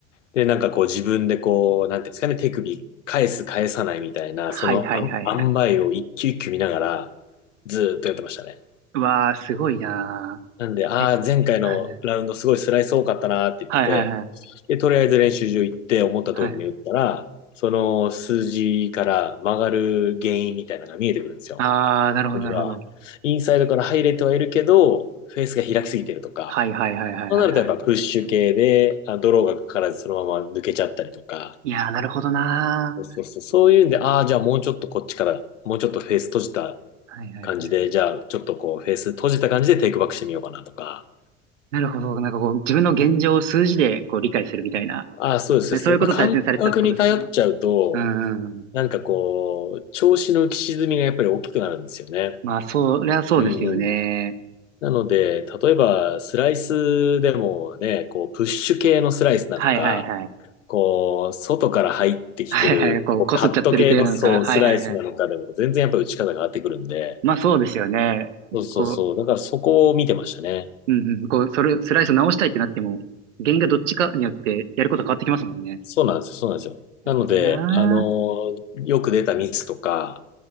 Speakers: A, on the left; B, on the right.
A: で、なんかこう自分でこう、なんていうんですかね、手首返す返さないみたいな、
B: はいはいはいはい。
A: そのあん塩梅を一球一球見ながら、ずーっとやってましたね。
B: うわあ、すごいな
A: なんで、ああ、
B: ー。え、
A: 前回のラウンドすごいスライス多かったなーって言って、
B: はいはいはいはい。
A: で、とりあえず練習場行って思った通りに打ったら、
B: はい。
A: その数字から曲がる原因みたいなのが見えてくるんですよ。
B: ああ、なるほどなるほど。
A: それが、インサイドから入れてはいるけど、フェースが開きすぎてるとか、
B: はいはいはいはいはいはい。
A: そうなるとやっぱプッシュ系で、あ、ドローがかからずそのまま抜けちゃったりとか、
B: いやー、なるほどな
A: そうそうそう、そういうんで、ああ、じゃあもうちょっとこっちから、もうちょっとフェース閉じた
B: ー。はいはいはい。
A: 感じで、じゃあちょっとこうフェース閉じた感じでテイクバックしてみようかなとか、
B: なるほど。なんかこう、自分の現状を数字でこう理解するみたいな。
A: ああ、そうです、そうです。
B: そういうことを大切にされてたってことですね。
A: やっぱ感覚に頼っちゃうと、
B: うんうんうん。
A: なんかこう、調子の浮き沈みがやっぱり大きくなるんですよね。
B: まあ、そりゃそうですよね。
A: うんうん。なので、例えばスライスでもね、こう、プッシュ系のスライスなのか、
B: はいはいはい。
A: こう、外から入ってきてる、
B: はいはい。こう、
A: こう、
B: こすっちゃってる系なのか。
A: カット系のそう、
B: はいはいはい。
A: スライスなのかでも全然やっぱり打ち方が変わってくるんで、
B: まあそうですよね。
A: そうそうそう。
B: こう、
A: だからそこを見てましたね。
B: うんうん、こう、それ、スライスを直したいってなっても、原因がどっちかによってやること変わってきますもんね。
A: そうなんですよ、そうなんですよ。
B: なるほどな
A: なので、あのーよく出たミスとか、